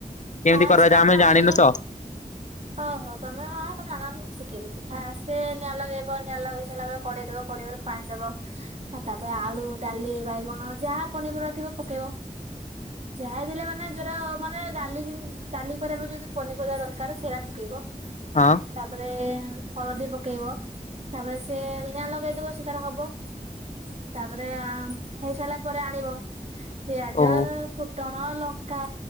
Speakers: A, on the left (about 55°); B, on the right (about 45°).
A: କେମିତି
B: ପାଷ୍ଟ
A: କରାଯାଏ ଆମେ
B: ପାଣି
A: ଜାଣିନୁ ତ
B: ଓ ହୋ ତମେ ହଁ ତମେ ଆଙ୍ଗ ଶିଖେଇ ଦଉ ଫା ନିଆଁ ଲଗେଇବ ନିଆଁ ଲଗେଇ ସାରିଲା ବଳେ କେଇଦବେଇ ପାଣି ଦବ ଆଉ ତାପରେ ଆଳୁ, ଡାଲି, ବାଇଗଣ ଯାହା ପନିପର ଥିବ ପକେଇବ। ଯାହାଥିଲେ ମାନେ ଯୋଟ ମାନେ ଡାଲି ଡାଲି କରିବା ପାଇଁ ଯୋଦି ପନିପରିବା ଦରକାର ସେଇ ଆ ପକେଇବ।
A: ହଁ
B: ତାପରେ ହଳଦୀ ପକେଇବ ତାପରେ ସେ ନିଆଁ ଲଗେଇଦବ ସେ ତାର ହବ। ତାପରେ ହେଇ ସାରିଲା ପରେ ଆଣିବ। ପିଆଜ
A: ଓହୋ
B: ଟଣ ଲଙ୍କା